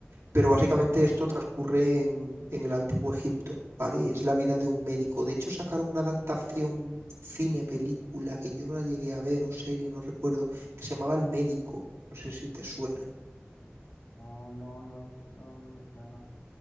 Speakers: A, on the right (about 80°); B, on the left (about 60°).
A: pero básicamente esto transcurre en, en el Antiguo Egipto, ¿vale? Y es la vida de un médico. De hecho, sacaron una adaptación cine, película, que yo no la llegué a ver, o serie, no recuerdo, que se llamaba El Médico. No sé si te suena.
B: No, no, no, no, no me suena.